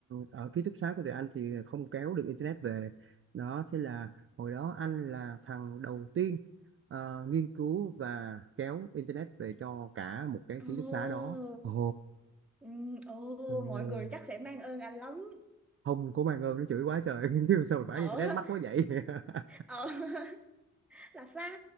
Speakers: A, on the right (about 45°); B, in the centre.
A: ở ký túc xá của tụi anh thì không kéo được internet về đó thế là hồi đó anh là thằng đầu tiên ờ, nghiên cứu và kéo internet về cho cả một cái
B: ồ
A: ký túc xá đó ồ
B: ừm, ồ
A: ồ,
B: mọi người chắc sẽ mang ơn anh lắm
A: không có mang ơn nó chửi quá trời <laughs> nhưng sao mà bán
B: ở
A: internet mắc quá vậy <laughs>
B: ở <laughs> là sao